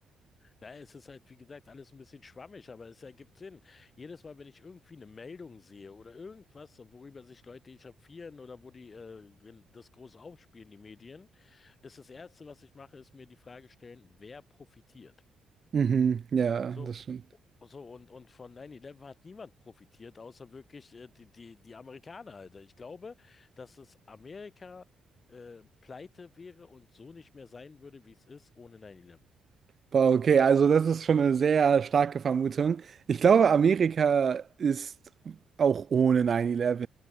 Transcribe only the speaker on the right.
Mhm, ja,
das stimmt.
Boah, okay, also das ist schon eine sehr starke Vermutung. Ich glaube, Amerika ist auch ohne 9-11